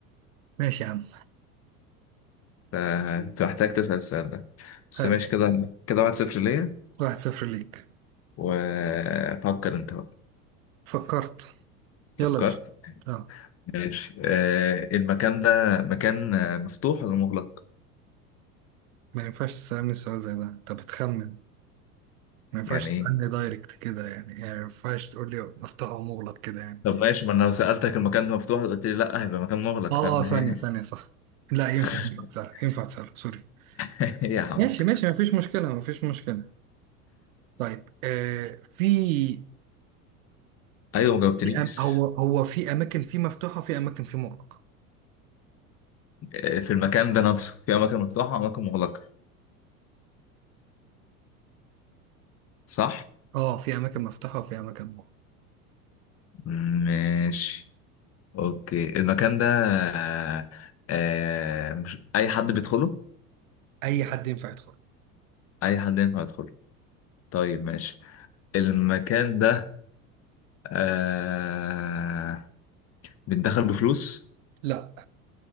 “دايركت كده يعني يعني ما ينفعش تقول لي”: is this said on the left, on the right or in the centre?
Right